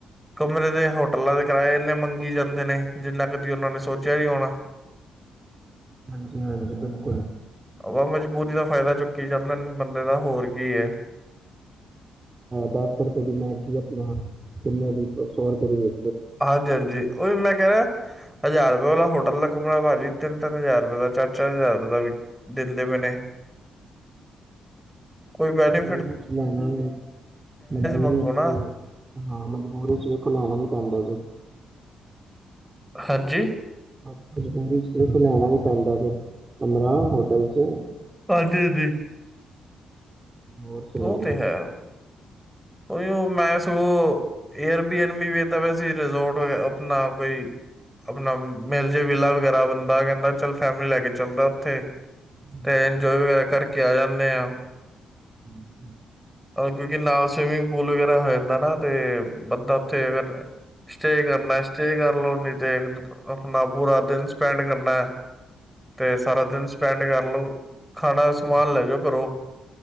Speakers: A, in the centre; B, on the right (about 30°).
A: ਕਮਰੇ ਦੇ ਹੋਟਲਾਂ ਦੇ ਕਿਰਾਏ ਇਨੇ ਮੰਗੀ ਜਾਂਦੇ ਨੇ ਜਿੰਨਾ ਕਦੀ ਉਹਨਾਂ ਨੇ ਸੋਚਿਆ ਨ ਹੋਣਾ
B: ਹਾਂਜੀ ਹਾਂਜੀ ਬਿਲਕੁਲ
A: ਆਾ ਮਜਬੂਰੀ ਦਾ ਫਾਇਦਾ ਚੁੱਕੀ ਜਾਂਦਾ ਬੰਦੇ ਦਾ ਹੋਰ ਕੀ ਹੈ
B: ਡਾਕਟਰਰ ਤਗਨ ਜੀਪ ਚ ਸੋਰ ਤਰੀ
A: ਹਾਂਜੀ ਹਾਂਜੀ ਉਹ ਵੀ ਮੈਂ ਕਹਿ ਰਿਹਾ ਹਜ਼ਾਰ ਰੁਪਏ ਵਾਲਾ ਹੋਟਲ ਦਾ ਕਮਰਾ ਭਾਜੀ ਤਿੰਨ ਤਿੰਨ ਹਜ਼ਾਰ ਰੁਪਏ ਦਾ ਚਾਰ ਚਾਰ ਹਜ਼ਾਰ ਰ ਦਾ ਦਿੰਦੇ ਮੈਨੇ ਕੋਈ ਬੈਂ ਨੀ
B: ਚ ਲੈਣਾ ਵੀ ਮਜਬੂਰੀ
A: ਮੰਗੋ ਨਾ
B: ਚ ਹਾਂ ਮਜਬੂਰੀ ਚ ਵਖੋ ਲੈਣਾ ਵੀ ਪੈਂਦਾ ਜੀ
A: ਹਾਂਜੀ
B: ਸਿਰਫ਼ ਲੈਣਾ ਵੀ ਪੈਂਦਾ ਫ ਕਮਰਾ ਹੋਟਲ ਚ
A: ਹਾਂਜੀ ਹਾਂਜੀ
B: ਹੋਰ ਸੁਣਾਓ?
A: ਉਹ ਤੇ ਹੈ ਉਹੀ ਉਹ ਮੈਂ ਸਗੋਂ ਏਅਰ ਬੀ ਵੀ ਵੇਖਦਾ ਵ ਸੀ ਰਿਜੋਰਟ ਆਪਣਾ ਕੋਈ ਆਪਣਾ ਮੇਿਲ ਜੇ ਵਿੇਲਾ ਵਗੈਰਾ ਬੰਦਾ ਕਹਿੰਦਾ ਚੱਲ ਫੈਮਲੀ ਲੈ ਕੇ ਚਲਦਾ ਉੱਥੇ
B: ਹਾਂਜੀ
A: ਤੇ ਇੰਜੋਏ ਵਗੈਰਾ ਕਰਕੇ ਕੇ ਜਾਂਦੇ ਹਾਂ
B: ਹਮ ਹਮ
A: ਕਿਉਂਕਿ ਨਾਲ ਸਵੀਮਿੰਗ ਪੂਲ ਵਗੈਰਾ ਹੋ ਜਾਂਦਾ ਨਾ ਤੇ ਬੰਦਾ ਉੱਥੇ
B: ਹੋਰ,
A: ਅਗਰ ਸਟੇਅ ਕਰਨਾ ਸਟੇ ਕਰ ਲੋ ਨੀ ਤੇ ਆਪਣਾ ਪੂਰਾ ਦਿਨ ਸਪੈਂਡ ਕਰਨਾ ਤੇ ਸਾਰਾ ਦਿਨ ਸਪੈਂਡ ਕਰ ਲ ਖਾਣਾ ਦਾ ਸਮਾਨ
B: ਹਾਂ।
A: ਲੈ ਜਾਓ ਘੋ